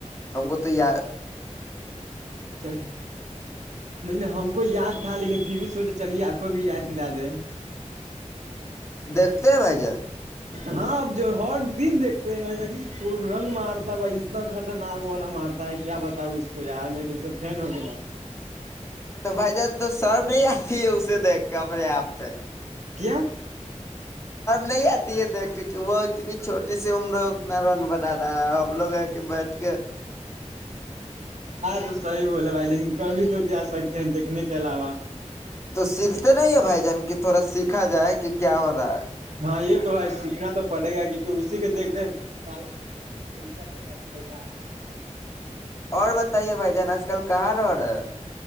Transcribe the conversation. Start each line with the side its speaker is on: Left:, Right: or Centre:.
Left: ہم کو تو یا
Right: چلی نہیں نہیں ہم کو یاد تھا لیکن پھر بھی سوچ چلیے آپ کو بھی یاد لاد ہے <inaudible>
Left: دیکھتے بھائی جا
Right: ہاں اب جو ہر دن دیکتے ہیں ب رنگ مارتا بھائی اتنا خرچہ ناگ والا مارتا ہے کیا بتاؤ اس کو یار میں تو اس سے فین ہو گیا
Left: تو بھائی جان تو سرب نہیں آتی ہے اسے تو کپڑے آپ پہ
Right: کیا
Left: نہیں آتی ہے دیکھ کے کہ وہ اتنی چھوٹی <inaudible> سے عمرہ اتناار بدار <inaudible> ہم لوگ ہیں کہ بیٹھ کے
Right: تو صحیح بولا بھائی لیکن کبھی تو کیا سکتے ہیں <inaudible> دیکھنے کے علاوہ
Left: تو سیکھتے نہیں ہے بھائی جان کی تھوڑا سیکھا جائے کہ کیا ہو رہا ہے
Right: ہاں یہ تو سیکھنا تو پڑے گا کیونکہ اسی کے دیکھتے بالک ب طریقہ سے پ چتا ہے <inaudible>
Left: اور بتائیے بھائی جان آج کل کہاں رہ رہا ہے